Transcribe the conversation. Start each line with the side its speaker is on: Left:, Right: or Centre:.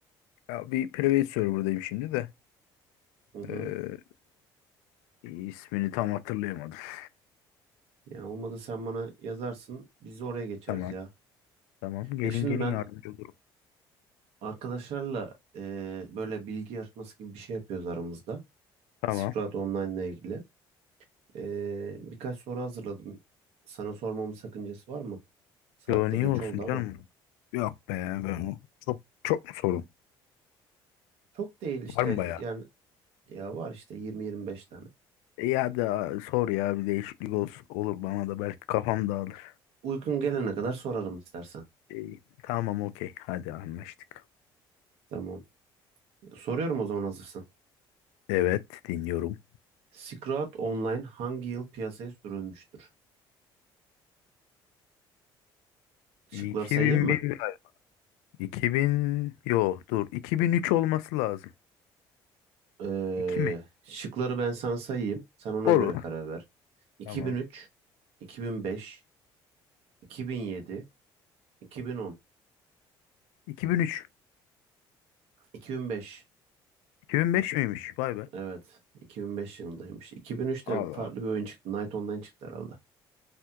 Left: Ya bir private server'dayım şimdi de.
Right: Hı hı.
Left: Ee, e, ismini tam hatırlayamadım. <laughs>
Right: Ya olmadı sen bana yazarsın. Biz de oraya geçeriz
Left: Tamam.
Right: ya.
Left: Tamam. Gelin
Right: Ya şimdi
Left: gelin
Right: ben
Left: yardımcı olurum.
Right: arkadaşlarla eee, böyle bilgi yarışması gibi bir şey yapıyoruz aramızda.
Left: Tamam.
Right: Skrull Online ile ilgili. Ee, birkaç soru hazırladım. Sana sormamın sakıncası var mı? Saatte
Left: Yo niye
Right: geç
Left: olsun
Right: oldu
Left: canım?
Right: ama.
Left: Yok be ben çok çok mu sorun?
Right: Çok değil işte
Left: Var mı bayağı?
Right: yani ya var işte 20-25 tane.
Left: E ya da sor ya bir değişiklik olsun olur bana da belki kafam dağılır.
Right: Uykun gelene kadar sorarım istersen.
Left: İyi, tamam okey hadi anlaştık.
Right: Tamam. Soruyorum o zaman hazırsın.
Left: Evet dinliyorum.
Right: Silk Online hangi yıl piyasaya sürülmüştür? Şıkları
Left: 2001
Right: sayayım mı?
Left: galiba. 2000 yo dur 2003 olması lazım.
Right: Ee,
Left: 2 mi?
Right: şıkları ben sana sayayım. Sen ona
Left: Olur.
Right: göre karar ver. 2003,
Left: Tamam.
Right: 2005, 2007, 2010,
Left: 2003.
Right: 2005.
Left: 2005 miymiş? Vay be.
Right: Evet. 2005 yılındaymış. 2003'te
Left: Allah.
Right: farklı bir oyun çıktı. Night Online çıktı herhalde.